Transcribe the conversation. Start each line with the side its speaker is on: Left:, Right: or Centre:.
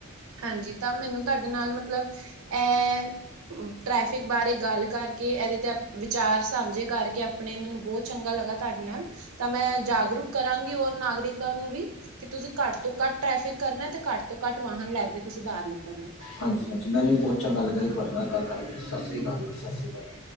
Right: ਹਾਂਜੀ, ਤਾਂ ਮੈਨੂੰ ਤੁਹਾਡੇ ਨਾਲ ਮਤਲਬ ਇ ਟ੍ਰੈਫਿਕ ਬਾਰੇ ਗੱਲ ਕਰਕੇ ਕੇ ਇਹਦੇ ਤੇ ਵਿਚਾਰ ਸਾਂਝੇ ਕਰਕੇ ਆਪਣੇ ਮੈਨੂੰ ਬਹੁਤ ਚੰਗਾ ਲੱਗਾ। ਤੁਹਾਡੇ ਨਾਲ ਤਾਂ ਮੈਂ ਜਾਗਰੂਕ ਕਰਾਂਗੀ ਹੋਰ ਨਾਗਰਿਕਾਂ ਨੂੰ ਵੀ ਕਿ ਤੁਸੀਂ ਘੱਟ ਤੋਂ ਘੱਟ ਟ੍ਰੈਫਿਕ ਕਰਨਾ ਤੇ ਘੱਟ ਤੋਂ ਘੱਟ ਵਾਹਨ ਲੈ ਕੇ ਤੁਸੀਂ ਬਾਹਰ ਨਿਕਲਣਾ।
Left: ਹਾਂਜੀ-ਹਾਂਜੀ, ਮੈਨੂੰ ਵੀ ਬਹੁਤ ਚੰਗਾ ਲੱਗਾ ਜੀ ਤੁਹਾਡੇ ਨਾਲ ਗੱਲ ਕਰ ਕੇ ਸਤਿ ਸ਼੍ਰੀ ਅਕਾਲ ਜੀ ਸਤਿ ਸ਼੍ਰੀ ਅਕਾਲ ਜੀ।